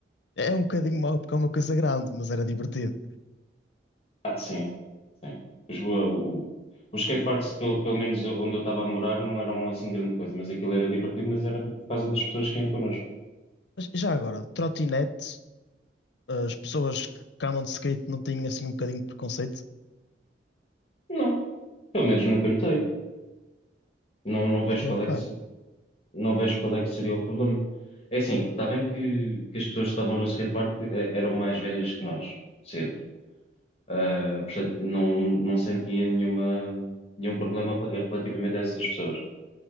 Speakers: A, on the left (about 80°); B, on the left (about 35°).
A: é é um bocadinho mau porque é uma coisa grande, mas era divertido.
B: Ah, sim, sim. Os, o, o, os skateparks, pelo, pelo menos onde eu estava a morar, não eram assim grande coisa, mas aquilo era divertido, mas era por causa das pessoas que iam connosco.
A: Mas já agora, de trotinete, as pessoas que andam de skate não têm assim um bocadinho de preconceito?
B: Não, pelo menos nunca notei. Não, não vejo
A: Curti
B: qual
A: um bocado.
B: é que, se- não vejo qual é que seria o problema. É assim, está bem que, que as pessoas que estavam no skatepark eh, eram mais velhas que nós, sempre. Ah, portanto, não, não sentia nenhuma, nenhum problema rel- relativamente a essas pessoas.